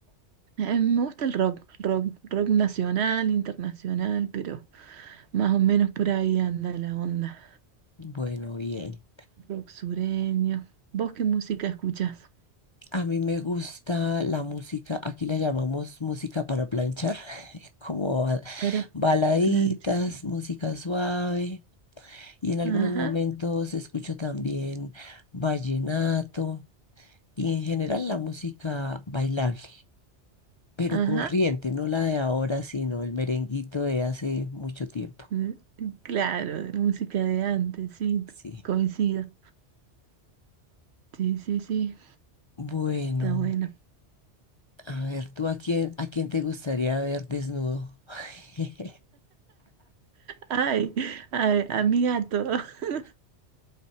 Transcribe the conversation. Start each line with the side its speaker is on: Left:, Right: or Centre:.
Right: Eh, me gusta el rock, rock, rock nacional, internacional, pero más o menos por ahí anda la onda.
Left: Bueno, bien.
Right: Rock sureño. ¿Vos qué música escuchás?
Left: A mí me gusta la música, aquí la llamamos música para planchar. como ba-
Right: Para
Left: baladitas,
Right: planchar.
Left: música suave y en algunos
Right: Ajá,
Left: momentos escucho también vallenato y en general la música bailable, pero
Right: ajá.
Left: corriente, no la de ahora, sino el merenguito de hace mucho tiempo.
Right: Mm, Claro, de música de antes, sí,
Left: Sí.
Right: coincido. Sí, sí, sí,
Left: Bueno,
Right: está bueno.
Left: a ver, ¿tú a quién, a quién te gustaría ver desnudo? <laughs>
Right: Ay, ay, a mi gato. <laughs>